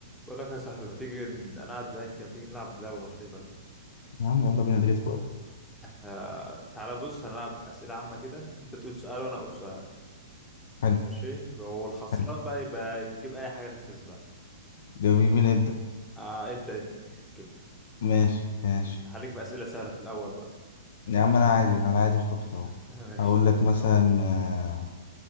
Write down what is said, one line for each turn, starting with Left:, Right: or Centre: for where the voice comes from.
Centre: بقول لك يا صاحبي ما تيجي ن- انا قاعد زهقان كده ما تيجي نلعب لعبه بسيطه كده.
Left: يا عم يلا بينا ده جت في وقتك
Centre: آه تعالى بص هنلعب اسئله عامه كده انت تقول سؤال وانا اقول سؤال
Left: حلو
Centre: ماشي هو الخسران
Left: حلو
Centre: بقى يبقى يجيب اي حاجه للكسبان
Left: جميل مين يبدأ
Centre: آه ابدا انت مش مشكله
Left: ماشي ماشي
Centre: هليك في اسئله سهله في الاول بقى
Left: يا عم أنا عادي على عادي خالص أهو
Centre: <laughs> ماشي
Left: هقول لك مثلا آه